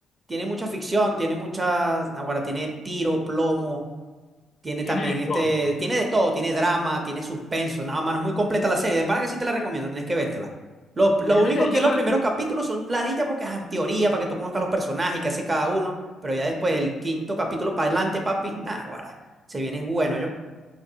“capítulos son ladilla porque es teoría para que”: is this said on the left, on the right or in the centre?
Right